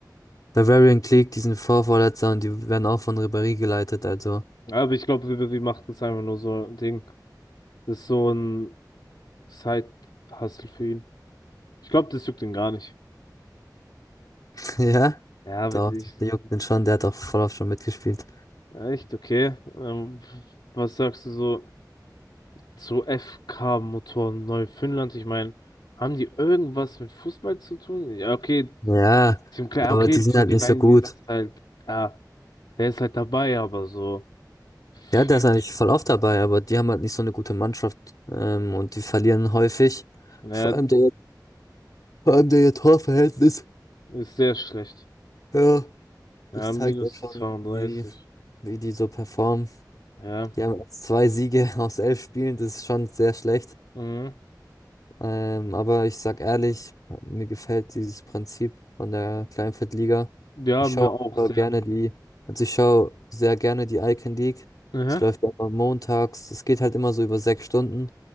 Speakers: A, on the left; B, on the left.
A: Bavarian Clique, die sind Vorvorletzter und die werden auch von Ribéry geleitet, also
B: Aber ich glaube, Ribery macht das einfach nur so ein Ding. Das ist so ein Side-Hustle für ihn. Ich glaube, das juckt ihn gar nicht.
A: <laughs> Ja?
B: Ja, aber
A: doch,
B: ich,
A: der juckt den schon, der hat auch voll oft schon mitgespielt.
B: Echt, okay. Ähm, was sagst du so zu FK-Motoren Neufundland? Ich meine, haben die irgendwas mit Fußball zu tun? Ja, okay,
A: Ja,
B: Team Klein,
A: aber
B: okay,
A: die sind
B: Team
A: halt
B: Kleindienst
A: nicht so gut.
B: ist halt, ja, der ist halt dabei, aber so viel,
A: Ja, der ist eigentlich voll oft dabei, aber die haben halt nicht so eine gute Mannschaft, ähm, und die verlieren häufig.
B: ja,
A: Vor allem der, vor allem der Torverhältnis,
B: ist sehr schlecht.
A: ja,
B: Ja,
A: das zeigt
B: minus
A: ja schon,
B: 32.
A: wie, wie die so performen.
B: Ja,
A: Die haben erst zwei Siege aus elf Spielen, das ist schon sehr schlecht.
B: mhm.
A: Ähm, aber ich sag ehrlich, mir gefällt dieses Prinzip von der Kleinfeldliga.
B: Ja,
A: Ich
B: mir
A: schaue
B: auch sehr.
A: gerne die, also ich schaue sehr gerne die Icon League.
B: Aha,
A: Es läuft ja immer montags. Es geht halt immer so über sechs Stunden